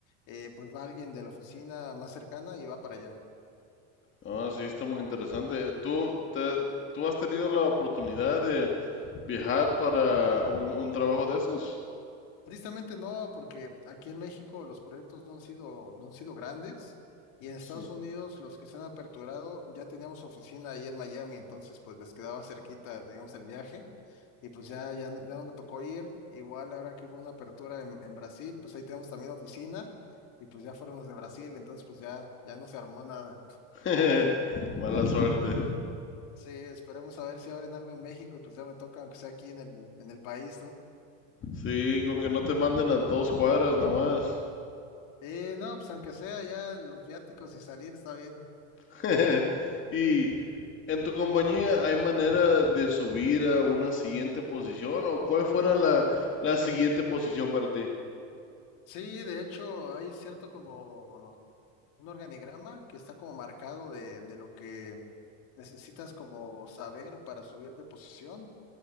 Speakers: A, on the left; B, on the left.
A: eh, pues va alguien de la oficina más cercana y va para allá.
B: Ah, sí, está muy interesante. ¿Tú, te- tú has tenido la oportunidad de viajar para un, un trabajo de esos?
A: Tristemente no, porque aquí en México los proyectos no han sido, no han sido grandes y en Estados
B: Sí.
A: Unidos los que se han aperturado ya teníamos oficina ahí en Miami, entonces pues les quedaba cerquita, digamos, el viaje y pues ya, ya, n- ya no me tocó ir. Igual ahora que hubo una apertura en, en Brasil, pues ahí tenemos también oficina y pues ya fueron los de Brasil, entonces pues ya, ya no se armó nada.
B: <laughs> Mala suerte.
A: Sí, esperemos a ver si abren algo en México y pues ya me toca, aunque sea aquí en el, en el país, ¿no?
B: Sí, con que no te manden a dos cuadras nomás.
A: Eh, no, pues aunque sea ya los viáticos y salir está bien.
B: <laughs> Y en tu compañía hay manera de subir a una siguiente posición o cuál fuera la, la siguiente posición para ti.
A: Sí, de hecho, hay cierto como un organigrama que está como marcado de, de lo que necesitas como saber para subir de posición.